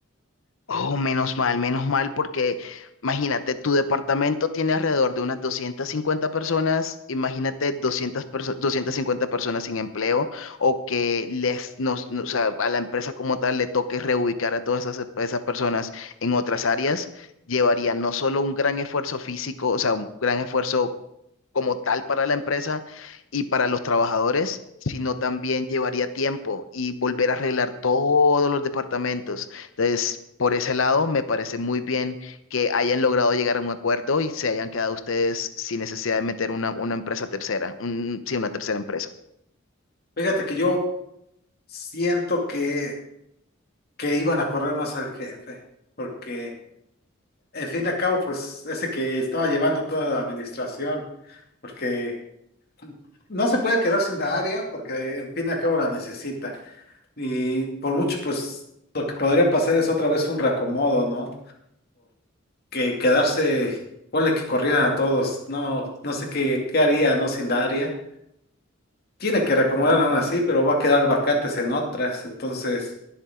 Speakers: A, on the left; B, on the left.
A: Oh, menos mal, menos mal, porque imagínate, tu departamento tiene alrededor de unas 250 personas, imagínate doscientas perso- 250 personas sin empleo o que les, nos, no, o sea, a la empresa como tal le toque reubicar a todas esas, esas personas en otras áreas, llevaría no solo un gran esfuerzo físico, o sea, un gran esfuerzo como tal para la empresa y para los trabajadores, sino también llevaría tiempo y volver a arreglar todos los departamentos. Entonces, por ese lado, me parece muy bien que hayan logrado llegar a un acuerdo y se hayan quedado ustedes sin necesidad de meter una, una empresa tercera, un, sí, una tercera empresa.
B: Fíjate que yo siento que, que iban a correr más al jefe, porque en fin de cabo, pues ese que estaba llevando toda la administración, porque no se puede quedar sin la área, porque en fin de cabo la necesita. Y por mucho, pues lo que podría pasar es otra vez un reacomodo, ¿no? Porque quedarse, ponle que corrieran a todos, no, no sé qué, qué haría, ¿no? Sin Daria. Tiene que reacomodar aún así, pero va a quedar vacantes en otras, entonces